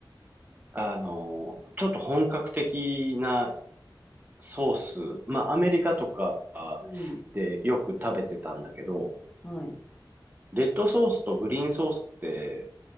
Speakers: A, on the right; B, on the left.
A: あの、ちょっと本格的なソース、まあアメリカとか
B: うん、
A: でよく食べてたんだけど、
B: はい、
A: レッドソースとグリーンソースって